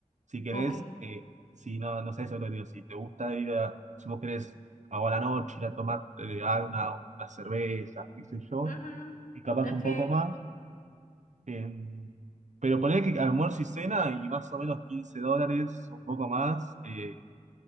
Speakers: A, on the right (about 65°); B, on the left (about 80°).
A: Si querés,
B: Ok.
A: eh, si no, no sé, eso es lo que digo, si te gusta ir a, si vos querés ahora a la noche ir a tomar eh, alguna, una cerveza, qué sé yo,
B: Ujú.
A: y capaz
B: Ok.
A: un poco más. em, pero poner que almuerzo y cena y más o menos 15 dólares, un poco más. eh,